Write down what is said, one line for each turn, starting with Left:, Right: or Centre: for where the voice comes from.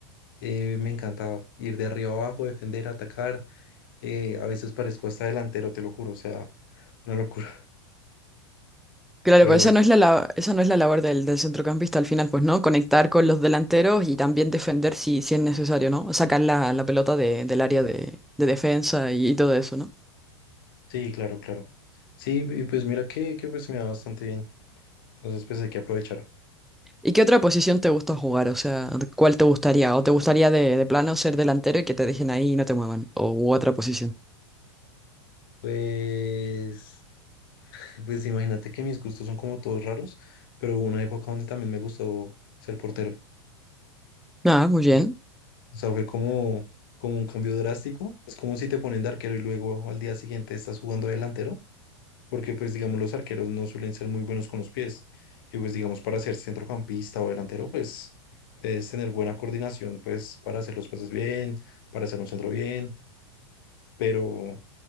Left: eh, me encanta ir de arriba abajo, defender, atacar. eh, a veces parezco hasta delantero, te lo juro, o sea, una locura. <laughs>
Centre: Claro,
Left: Pero
Centre: pero esa
Left: bueno,
Centre: no es la, la- esa no es la labor del, del centrocampista al final, pues, ¿no? Conectar con los delanteros y también defender si, si es necesario, ¿no? Sacar la, la pelota de- del área de, de defensa y, todo eso, ¿no?
Left: sí, claro, claro. Sí, y pues mira que, que pues me da bastante bien. Entonces, pues hay que aprovechar.
Centre: ¿Y qué otra posición te gusta jugar? O sea, ¿cuál te gustaría? ¿O te gustaría de, de plano ser delantero y que te dejen ahí y no te muevan? ¿O u otra posición?
Left: Pues, <laughs> pues imagínate que mis gustos son como todos raros, pero hubo una época donde también me gustó ser portero.
Centre: Ah, muy bien.
Left: Es- O sea, fue como, como un cambio drástico. Es como si te ponen de arquero y luego al día siguiente estás jugando delantero, porque pues digamos los arqueros no suelen ser muy buenos con los pies. Y pues digamos para ser centrocampista o delantero, pues debes tener buena coordinación, pues para hacer los pases bien, para hacer un centro bien, pero...